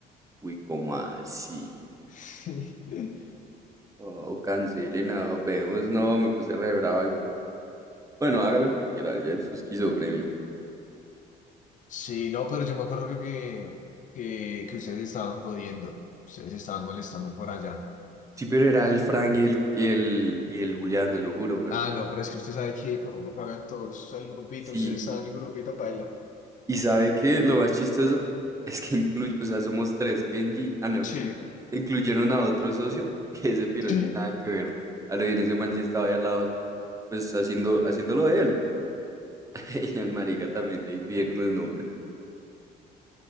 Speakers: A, on the right (about 20°); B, on the left (about 50°).
A: Uy, ¿cómo así?
B: sí. <laughs>
A: Oh, cancelena, vemos, no, me puse re bravo. y- Bueno, haga lo que quiera, ya es su esquizofrenia.
B: Sí, no, pero yo me acuerdo que, que, que, que ustedes estaban jodiendo. Ustedes estaban molestando por allá.
A: Sí, pero era el Frank y el, y el, y el Julián, se lo juro, pero
B: Ah, no, pero es que usted sabe que por uno pagan todos el grupito.
A: sí.
B: Ustedes están en el grupito paila.
A: ¿Y sabe qué? Lo más chistoso es que incluye, o sea, somos tres, Kenji, ah, no,
B: Sí.
A: incluyeron a otro socio <laughs> que ese piro
B: <laughs>
A: sin nada que ver. A lo bien, ese man sí estaba ahí al lado, pues haciendo, haciéndolo de él. <laughs> Y al marica también le pidieron el nombre.